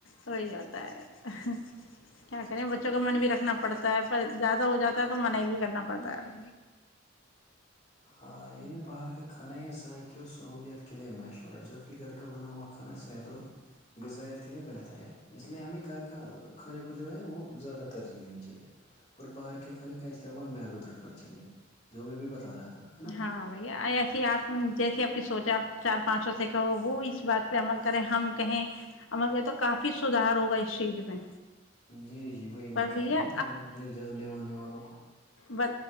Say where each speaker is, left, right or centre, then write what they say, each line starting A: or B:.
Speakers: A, on the left; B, on the left.
A: وہی ہوتا ہے کیا کریں بچوں کا من بھی رکھنا پڑتا ہوتا پر زیادہ ہو جاتا ہے تو منع بھی کرنا پڑتا ہے
B: ہاں یہ جو باہر کا کھانا یہ ذائقے اور سہوولت کے لے مشہور ہے جبکہ گھر کا بنا ہوا کھانا صحت اور غذائیت کے لئے بہتر ہے اس لیے ہمیں گھر کا کھانے کو جو ہے وہ زیادہ ترجیح دینی چاہیے اور باہر کے کھانے کا استعمال م دھ رکھنا چاہیے جو میں بھی بتا رہا ہے نا
A: ہاں بھیا ایسے آپ جیسے آپ کی سوچ آپ چار پانچوں سے کہو وہ اس بات پہ عمل کریں ہم کہیں عمل کریں تو کافی سدھار ہوگا اس چیز میں
B: جی جی وہی میں
A: پر
B: کہہ
A: بھیا
B: رہا ہوں مطلب اپنے جاننے والاننے والوں کو
A: ب